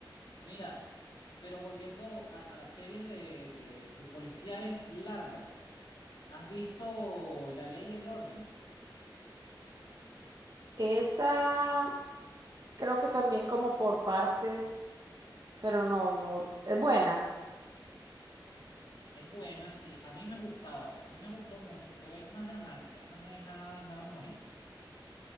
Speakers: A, on the left; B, on the right.
A: Mira, pero volviendo a, a las series de, de, de policiales largas, ¿has visto La Ley y el Orden?
B: esa creo que también como por partes, pero no, no, es buena.
A: Es buena, sí. A mí me gustaba, a mí me gustó mucho, pero es más dramática, eso no es nada, nada humorística.